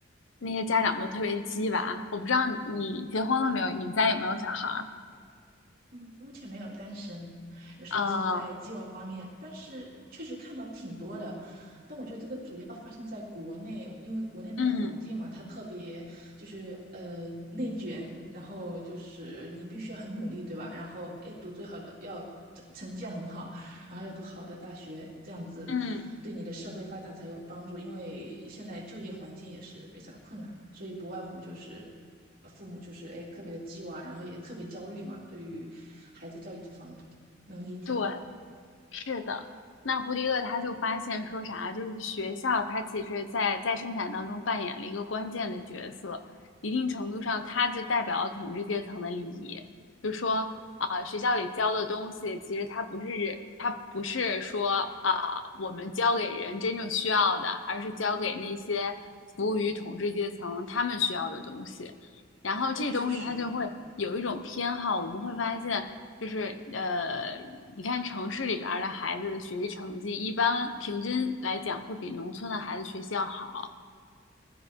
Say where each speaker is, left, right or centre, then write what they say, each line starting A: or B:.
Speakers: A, on the left (about 75°); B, on the right (about 50°).
A: 那些家长都特别鸡娃，我不知道你结婚了没有，你们家有没有小孩儿？
B: 嗯，目前没有单身，呃所以说在鸡娃方面，
A: 呃，
B: 但是确实看到挺多的。但我觉得这个主要发生在国内，因为国内那个环境嘛，
A: 嗯。
B: 它特别就是呃内卷，然后就是你必须要很努力，对吧？然后哎，诶读最好的要成成绩要很好，然后要读好的大学，这样子对你的社会发展才有帮助。
A: 嗯，
B: 因为现在就业环境也是非常的困难，所以不外乎就是呃父母就是哎特别的鸡娃，然后也特别焦虑嘛，对于孩子教育这方面能理解。
A: 对，是的。那布迪厄他就发现说啥，就是学校它其实在在生产当中扮演了一个关键的角色，一定程度上它就代表了统治阶层的利益。就说啊、学校里教的东西，其实它不是它不是说啊、我们教给人真正需要的，而是教给那些服务于统治阶层他们需要的东西。然后这东西它就会有一种偏好，
B: 哦，确实，
A: 我们会发现，就是呃，你看城市里边儿的孩子的学习成绩，一般平均来讲会比农村的孩子学习要好，